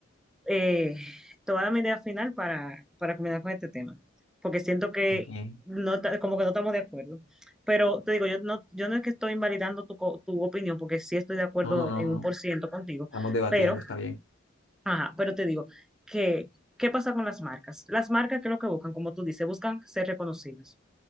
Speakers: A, in the centre; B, on the left.
A: eh, toda mi idea final para, para combinar con este tema, porque siento que
B: Ok.
A: no, ta- como que no estamos de acuerdo. Pero te digo, yo no, yo no es que estoy invalidando tu, co- tu opinión, porque sí estoy de acuerdo
B: No, no, no,
A: en
B: no.
A: un por ciento contigo,
B: Estamos debatiendo,
A: pero,
B: está bien.
A: ajá, pero te digo que, ¿qué pasa con las marcas? Las marcas, ¿qué es lo que buscan? Como tú dices, buscan ser reconocidas.